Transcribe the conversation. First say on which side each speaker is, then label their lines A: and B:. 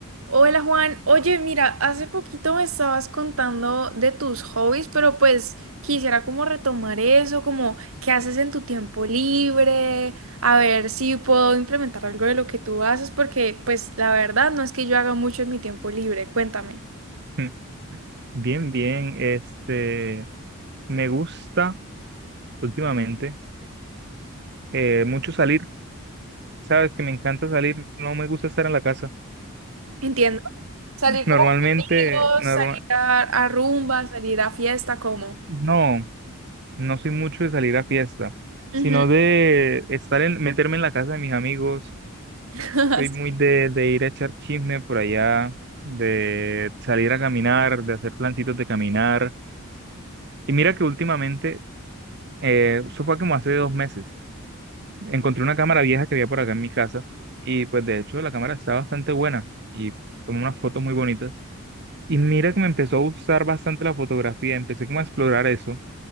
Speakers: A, on the right; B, on the right.
A: Hola Juan, oye, mira, hace poquito me estabas contando de tus hobbies, pero pues quisiera como retomar eso, como qué haces en tu tiempo libre, a ver si puedo implementar algo de lo que tú haces, porque pues la verdad no es que yo haga mucho en mi tiempo libre, cuéntame.
B: Mm. Bien, bien. Este, me gusta últimamente eh, mucho salir. Sabes que me encanta salir, no me gusta estar en la casa.
A: Entiendo. Salir
B: Normalmente,
A: como con amigos,
B: norma-
A: salir a, a rumba, salir a fiesta, ¿cómo?
B: no, no soy mucho de salir a fiesta,
A: Ujú,
B: sino de estar en, meterme en la casa de mis amigos.
A: <laughs>
B: Soy muy
A: así.
B: de, de ir a echar chisme por allá, de salir a caminar, de hacer plancitos de caminar. Y mira que últimamente, eh, eso fue como hace dos meses. encontré una cámara vieja que había por acá en mi casa y pues de hecho la cámara está bastante buena y tomé unas fotos muy bonitas. Y mira que me empezó a gustar bastante la fotografía, empecé como a explorar eso